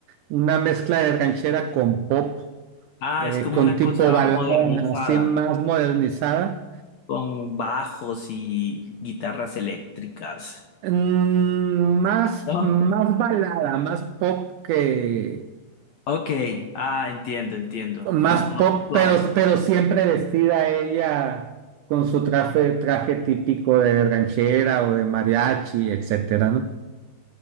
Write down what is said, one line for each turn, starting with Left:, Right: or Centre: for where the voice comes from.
Right: una mezcla de ranchera con pop,
Left: Ah,
Right: eh,
Left: es como
Right: con
Left: una
Right: tipo
Left: cosa
Right: balada
Left: modernizada.
Right: así más modernizada.
Left: con bajos y guitarras eléctricas.
Right: Mm, Más,
Left: ¿no?
Right: más balada, más pop que,
Left: Ok, ah, entiendo, entiendo.
Right: Más
Left: Un pop
Right: pop,
Left: suave.
Right: pero, pero siempre vestida ella con su traje, traje típico de ranchera o de mariachi, etcétera, ¿no?